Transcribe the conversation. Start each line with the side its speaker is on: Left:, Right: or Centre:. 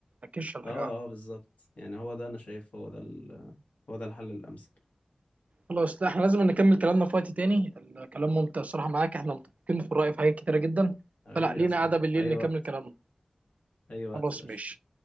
Right: ركزش على
Left: اه
Right: حاجه واحده
Left: اه بالظبط يعني هو ده انا شايف هو ده ال... هو ده الحل الأمثل
Right: خلاص لا احنا لازم نكمل كلامنا في وقت تاني الكلام ممتع الصراحه معاك احنا متفقين في الراي في حاجات كتيره جدا
Left: حبيبي
Right: فلا لينا
Left: يا صاحبي
Right: قعده بالليل
Left: في اي
Right: نكمل
Left: وقت
Right: كلامنا
Left: اي وقت
Right: خلاص
Left: يا باشا
Right: ماشي